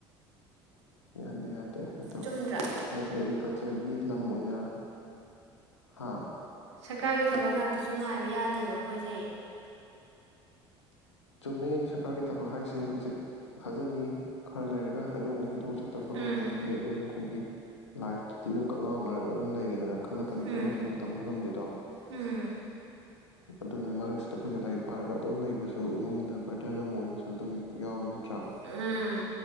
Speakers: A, on the left; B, on the right.
A: ꯌꯥꯗꯦ ꯌꯥꯗꯦ ꯑꯗꯣ
B: ꯆꯨꯝꯗ꯭ꯔꯥ
A: ꯁ꯭ꯋꯥꯏꯁꯤꯅ ꯑꯦꯒ꯭ꯔꯤꯀꯜ ꯁ ꯒꯤ ꯂꯝ ꯑꯣꯏꯅ ꯍꯥꯥ
B: ꯁꯔꯀꯥꯔꯒꯤ ꯊꯕꯛ ꯉꯥꯛꯇꯁꯨ ꯉꯥꯏꯕ ꯌꯥꯗꯦꯕ ꯑꯩꯈꯣꯏꯁꯦ
A: ꯆꯨꯝꯃꯤ ꯈꯔꯒꯤ ꯊꯕꯛ ꯍꯥꯏꯁꯦ ꯍꯧꯖꯤꯛ ꯊꯥꯖꯅꯤ ꯈꯔ ꯂꯩꯔꯒ ꯍꯥꯏꯗꯣꯛꯅꯤ ꯍꯥꯏꯗꯣꯛꯎꯁꯨ ꯇꯝꯕ
B: ꯎꯝ
A: ꯉꯝꯄꯣꯟꯗꯦ ꯑꯗꯨꯗꯨꯅ ꯑꯩꯈꯣꯏꯒꯤ ꯂꯥꯏꯐꯇꯗꯤ ꯑꯗꯨꯝ ꯀꯛꯉꯥꯎꯅꯔꯒ ꯑꯗꯨꯝ ꯂꯩꯔꯦꯗꯅ ꯈꯜꯂꯛꯀꯅꯤ
B: ꯎꯝ
A: ꯈꯜꯂꯛꯁꯨ ꯑꯃꯨꯛ ꯇꯝꯕ ꯉꯝꯗꯦꯗꯣ
B: ꯎꯝ
A: ꯑꯗꯨꯅ ꯃꯔꯛꯁꯤꯗ ꯑꯩꯈꯣꯏꯅ ꯂꯥꯏꯔꯤꯛ ꯄꯥꯔꯒ ꯑꯗꯨꯝ ꯂꯩꯕꯁꯨ ꯏꯃꯨꯡ ꯕꯔꯇꯟ ꯑꯃ ꯑꯣꯏ ꯑꯗꯨ ꯌꯥꯎꯋꯤ ꯅꯠꯇ꯭ꯔꯥ
B: ꯎꯝ